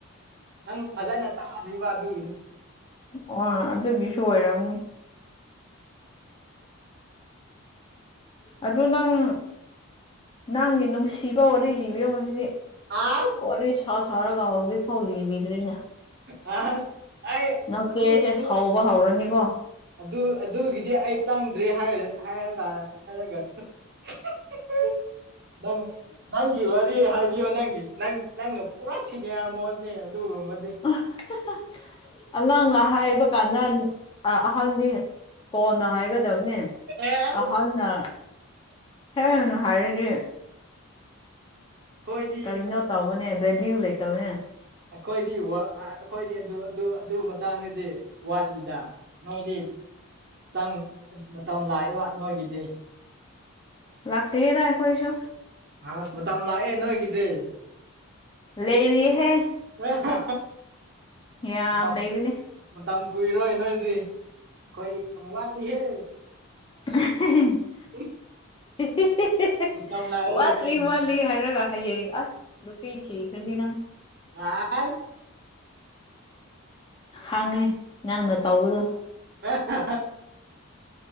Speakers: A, on the right (about 45°); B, on the left (about 20°).
A: ꯅꯪ ꯐꯖꯅ ꯇꯥꯗ꯭ꯔꯤꯕ ꯑꯗꯨꯒꯤꯅꯤ
B: ꯑꯣ ꯑꯗꯨꯒꯤꯁꯨ ꯑꯣꯏꯔꯝꯅꯤ ꯑꯗꯨ ꯅꯪ ꯅꯪꯒꯤ ꯅꯨꯡꯁꯤꯕ ꯋꯥꯔꯤ ꯂꯤꯕꯤꯌꯣ ꯉꯁꯤꯗꯤ
A: ꯑꯥꯁ
B: ꯋꯥꯔꯤ ꯁꯥ ꯁꯥꯔꯒ ꯍꯧꯖꯤꯛꯐꯥꯎ ꯂꯤꯕꯤꯗ꯭ꯔꯤꯅꯦ
A: ꯑꯁ ꯑꯩ
B: ꯅꯆꯦꯁꯦ
A: ꯑꯗꯨ ꯑꯗꯨ
B: ꯁꯥꯎꯕ ꯍꯧꯔꯅꯤꯀꯣ
A: ꯑꯗꯨ ꯑꯗꯨꯒꯤꯗꯤ ꯑꯩ ꯆꯪꯗ꯭ꯔꯤ ꯍꯥꯏꯔ ꯍꯥꯏꯔꯒ ꯍꯥꯏꯔꯒ <unintelligible> <unintelligible> ꯅ ꯅꯪꯒꯤ ꯋꯥꯔꯤ ꯀꯔꯤ ꯍꯥꯏꯕꯤꯌꯣ ꯅꯪꯒꯤ ꯅꯪ ꯅꯪꯅ ꯄꯨꯔꯥ ꯁꯤꯅꯤꯌꯥꯔ ꯃꯣꯖꯅꯦ ꯑꯗꯨꯒꯨꯝꯕꯗꯤ
B: ꯑꯣ ꯍꯥꯍꯥ ꯑꯉꯥꯡꯅ ꯍꯥꯏꯕ ꯀꯥꯟꯗ ꯑꯥ ꯑꯍꯟꯗꯤ ꯀꯣꯟꯅ ꯍꯥꯏꯒꯗꯕꯅꯦ
A: ꯑꯦꯁ
B: ꯑꯍꯟꯅ ꯍꯦꯟꯅ ꯍꯥꯏꯔꯗꯤ
A: ꯑꯩꯈꯣꯏꯗꯤ
B: ꯀꯔꯤꯅꯣ ꯇꯧꯕꯅꯦ ꯕꯦꯂ꯭ꯌꯨ ꯂꯩꯇꯕꯅꯦ
A: ꯑꯩꯈꯣꯏꯗꯤ ꯋꯥ ꯑꯥ ꯑꯩꯈꯣꯏꯗꯤ ꯑꯗꯨ ꯑꯗꯨ ꯑꯗꯨ ꯃꯇꯥꯡꯗꯗꯤ ꯋꯥꯠꯂꯤꯗ ꯅꯣꯏꯗꯤ ꯆꯪ ꯃꯇꯝ ꯂꯥꯛꯑꯦꯕ ꯅꯣꯏꯒꯤꯗꯤ
B: ꯂꯥꯛꯇꯔ꯭ꯤꯌꯦꯗ ꯑꯩꯈꯣꯏꯁꯨ
A: ꯑꯥꯁ ꯃꯇꯝ ꯂꯥꯑꯦ ꯅꯣꯢꯒꯤꯗꯤ
B: ꯂꯩꯔꯤꯌꯦꯍꯦ
A: ꯑꯥꯍꯥꯍꯥ
B: ꯌꯥꯝ
A: ꯃꯇꯝ
B: ꯂꯩꯕꯅꯦ
A: ꯃꯇꯝ ꯀꯨꯏꯔꯣꯏ ꯅꯣꯏꯗꯤ ꯈꯣꯢꯗꯤ ꯌꯥꯝ ꯋꯥꯠꯂꯤꯍꯦ
B: <unintelligible>
A: <unintelligible>
B: <unintelligible>
A: ꯃꯇꯝ ꯂꯥꯛꯑꯦ
B: ꯋꯥꯠꯇ꯭ꯔꯤ
A: ꯅꯣꯏꯒꯤꯗꯤ
B: ꯋꯥꯠꯂꯤ ꯍꯥꯏꯔꯒ ꯍꯌꯦꯡ ꯑꯁ ꯅꯨꯄꯤ ꯊꯤꯈ꯭ꯔꯅꯤ ꯅꯪ
A: ꯑꯥꯢ
B: ꯍꯥꯡꯉꯦ ꯅꯪꯅ ꯇꯧꯕꯗꯣ
A: <unintelligible>